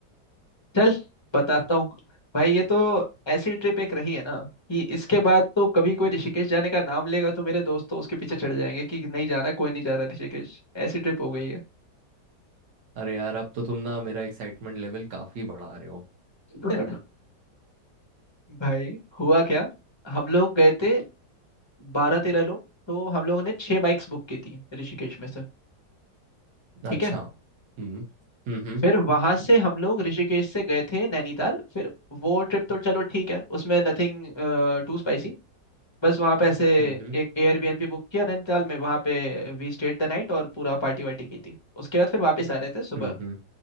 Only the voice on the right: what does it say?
अरे यार अब तो तुम ना मेरा एक्साइटमेंट लेवल काफी बढ़ा रहे हो
अच्छा
हम्म हम्म हम्म
हम्म
हम्म हम्म हम्म,